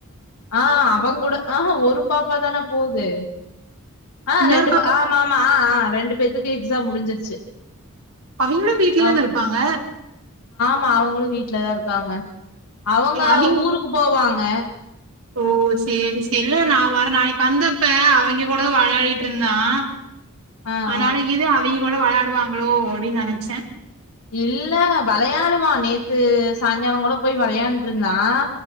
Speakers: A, on the left (about 90°); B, on the right (about 75°).
A: ஆ அவெ கூட ஆ ஒரு பாப்பா தான போது ஆ
B: இன்னொரு
A: ரெண்டு
B: பாப்பா
A: பா ஆமா ஆமா ஆ ஆ ரெண்டு பேத்துக்கு எக்ஸாம் முடிஞ்சிருச்சு
B: அவிங்களும் வீட்டு்லதான
A: அவ்
B: இருப்பாங்க
A: ஆமா அவங்களும் வீட்டுலதான் இருக்காங்க அவங்க
B: அவிங்
A: ஊருக்கு போவாங்க அ
B: ஓ செரி செரி அல்ல நான் லவ் நாளைக்கு வந்தப்ப அவங்க கூட வெளையாடிட்டு இருந்தான்
A: ஆ
B: ஆனால
A: ஆ
B: இது அ அத கூட வேளையாடுவாங்களோ அப்படின்னு நெனைச்சேன்
A: இல்ல விளையாடுவான் நேத்து சாய்ங்காலம் கூட போய் விளையாண்டு இருந்தான்